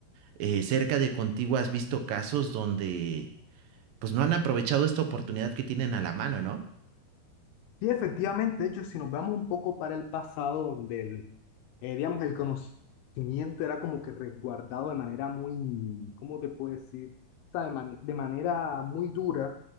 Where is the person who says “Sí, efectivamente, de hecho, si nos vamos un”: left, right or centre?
Left